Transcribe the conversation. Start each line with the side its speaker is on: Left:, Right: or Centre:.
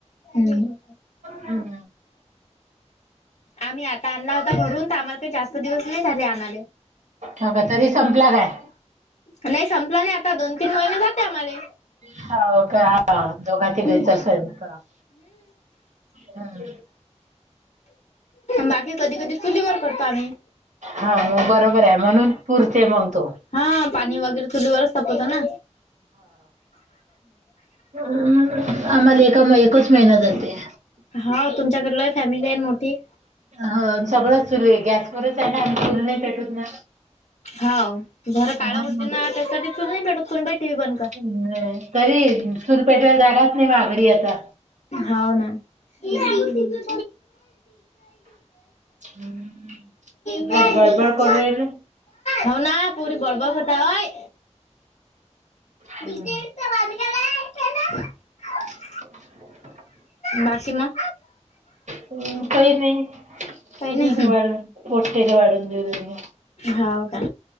Left: हम्म
Right: हम
Left: आम्ही आता आणला होता भरून त आम्हाला काही जास्त दिवस नाही झाले आणाले
Right: हो का तरी संपला काय
Left: नाही संपला नाही आता दोन तीन महिने जाते आम्हाले
Right: हाव का दोघातिघाचा
Left: हम्म.
Right: स्वयंपाक हम
Left: बाकी कधी कधी चुलीवर करतो आम्ही.
Right: हा म बरोबर हाय म्हणून पुरते मंग तो
Left: हा पाणी वगैरे चुलीवरच तापवतो ना
Right: हम आम्हाला एका एकच महिना जाते
Left: हा तुमच्याकड लय फॅमिली आहे न मोठी
Right: हो सगळंच सुरू आहे गॅसवरच आहे ना आम्ही चुल नाही पेटवत ना
Left: हाव घर काळं
Right: म्हणून
Left: होतेे ना त्यासाठी चुल नाय पेटवत सुनबाई टी. व्ही बंद कर
Right: हम तरी चूल पेटवाय जागाच नाही माया घरी आता
Left: होव ना
Right: हम्म.
Left: <unintelligible> नाही
Right: हम्म, बस
Left: नाही
Right: बडबड
Left: <unintelligible>
Right: करू राहिले.
Left: हाव ना पुरी बडबड करताय <unintelligible>
Right: हम्म, <unintelligible>
Left: बाकी म
Right: हम काही नाही
Left: काही
Right: करूया
Left: नाही.
Right: वाढून वाटतेय तर वाढून देऊ द्या त्यांनी
Left: हाव का